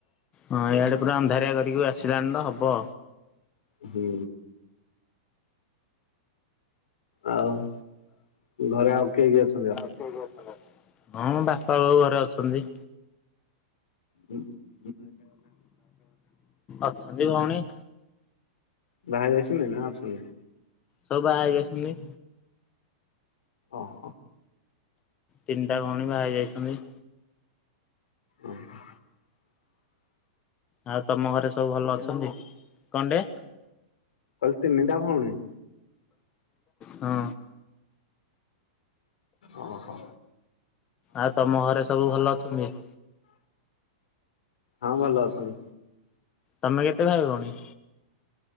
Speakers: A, on the left; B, on the left.
A: ହଁ ଇଆଡେ ପୁର ଅନ୍ଧାରିଆ କରିକି ବି ଆସିଲାଣି ତ ହବ।
B: ହୁଁ। ଆଉ ଘରେ ଆଉ କିଏ କିଏ ଅଛନ୍ତି ଆଉ।
A: ହଁ ମୋ ବାପା ବାଉ ଘରେ ଅଛନ୍ତି।
B: ହୁଁ।
A: ଅଛନ୍ତି ଭଉଣି।
B: ବାହା ହେଇ ଯାଇଛନ୍ତି ନା ଅଛନ୍ତି।
A: ସବୁ ବାହା ହେଇ ଯାଇଛନ୍ତି।
B: ଅ ହ।
A: ତିନିଟା ଭଉଣୀ ବାହା ହେଇ ଯାଇଛନ୍ତି।
B: ଓ ହୋ।
A: ଆଉ ତମ ଘରେ ସବୁ ଭଲ ଅଛନ୍ତି କଣ ଟେ।
B: କହିଲି ତିନିଟା ଭଉଣୀ।
A: ହଁ।
B: ଅ ହ।
A: ଆଉ ତମ ଘରେ ସବୁ ଭଲ ଅଛନ୍ତି।
B: ହଁ ଭଲ ଅଛନ୍ତି।
A: ତମେ କେତେ ଭାଇ ଭଉଣୀ।